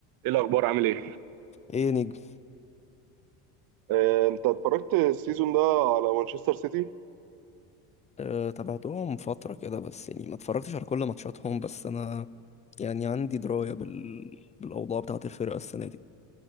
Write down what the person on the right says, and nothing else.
ايه الاخبار عامل ايه
آه، انت اتفرجت السيزون ده على مانشستر سيتي